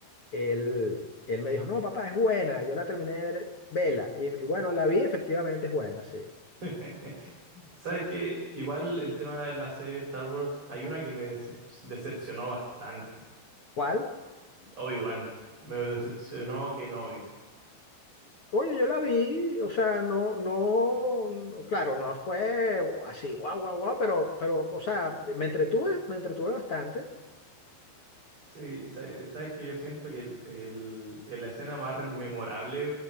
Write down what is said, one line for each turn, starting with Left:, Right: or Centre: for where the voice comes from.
Left: él, él me dijo, no, papá, es buena, yo la terminé de ver, vela. Y, y bueno, la vi, efectivamente es buena, sí.
Right: <laughs> Sabes que igual el tema de la serie de Star Wars, hay una que me decep- decepcionó bastante.
Left: ¿Cuál?
Right: Obi-Wan. Me decepcionó Kenobi.
Left: Oye, yo la vi, o sea, no, no, no, claro, no fue así, guau, guau, guau, pero, pero, o sea, me entretuve, me entretuve bastante,
Right: Sí, sa- sabes que yo siento que el, el- el- la escena más memorable